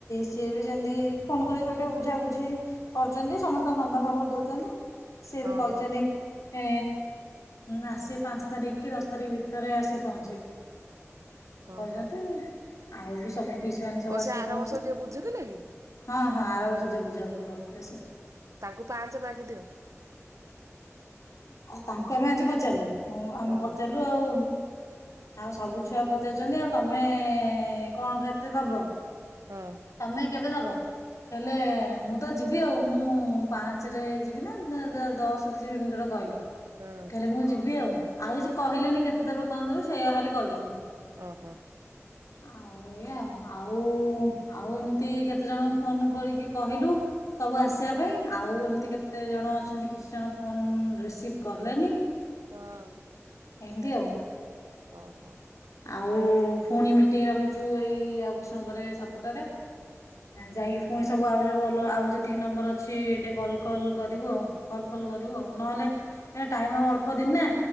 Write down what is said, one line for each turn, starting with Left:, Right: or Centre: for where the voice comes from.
Left: ସିଏ ବି ସେମତି ଫୋନ କରି ସବୁ ଟିକେ ବୁଝାବୁଝି କରୁଛନ୍ତି ସମସ୍ତଙ୍କ ନମ୍ବର ଫମ୍ବର ଦେଉଚନ୍ତି। ସିଏ
Right: ହଁ
Left: ବି କଇଚନ୍ତି।
Right: ହଁ
Left: ଏ ଆସ ପାଞ୍ଚ ତାରିଖ୍ କି ଦଶ ତାରିଖ ଭିତରେ ଆସି ପହଞ୍ଚିବେ।
Right: ହଁ
Left: କହିଛନ୍ତି।
Right: ହଁ
Left: ଆଉ ବି ସବୁ ପିସ ମାନେ ସବୁ
Right: ଓ ସେ
Left: ଆସିକି
Right: ଆର
Left: ପହଞ୍ଚିବେ
Right: ବର୍ଷ ଯିଏ ବୁଝୁଥିଲେ କି
Left: ହଁ ହଁ ଆର ବର୍ଷ ଯିବୁ। ବଝାବୁଝି କରିୁଥିଲେ ସେ।
Right: ତାଙ୍କୁ ପାଞ୍ଚ ମାଗିଦିଅ।
Left: ତାଙ୍କୁ ଆମେ ଆଜି ପଚାରିଲୁ। ମୁଁ ଆମେ
Right: ହଁ
Left: ପଚାରିଲୁ ଆଉ ଆଉ ସବୁ ଛୁଆ ପଚାରୁଚନ୍ତି ଆଉ ତମେ କଣ କେତେ ଦବ।
Right: ହଁ
Left: ତମେ କେବେ ଦବ। କହିଲେ ମୁଁ ତ ଯିବି ଆଉ ମୁଁ ପାଞ୍ଚରେ ଯିବି ନା ଦଶରେ ଯିବି ଏମିତି ଗୋଟେ କହିଲେ।
Right: ହଁ
Left: କଇଲେ ମୁଁ ଯିବି ଆଉ। ଆଉ କିଛି କହିଲେନି କେତେ ଦେବେ କଂ ଦେବେ ସେଇୟା ଖାଲି କହିଚନ୍ତି।
Right: ଓ ହୋ।
Left: ଆଉ ଏଇ ଏୟା ଆଉ। ଓ ଆଉ ଏମିତି କେତେ। କେତେ ଜଣଙ୍କୁ ଫୋନ କରିକି କହିଲୁ ସବୁ ଆସିବା ପାଇଁ ଆଉ ଏମିତି କେତେ ଜଣ ଅଛନ୍ତି କିଛି ଜଣ ଫୋନ ରିସିଭ୍ କଲେନି।
Right: ହଁ।
Left: ଏନ୍ତିଆଉ।
Right: ଓ ହୋ।
Left: ଆଉ ପୁଣି ମିଟିଂ ରଖିଛୁ ଏଇ ଆଉ ସମୋବରେ ସାତଟାରେ ଯାଇକି ପୁଣି ସବୁ ଆଉ ଯେଉ ଅଲ ଆଉ ଯେତିକି ନମ୍ବର ଅଛି ଟିକେ କଲ୍ କଲ୍ କରିବୁ ଆଉ କଲ୍ ଫଲ୍ କରିବୁ ଆଉ ନହେଲେ ଏ ଟାଇମ ଅଳ୍ପ ଦିନ୍ ନା।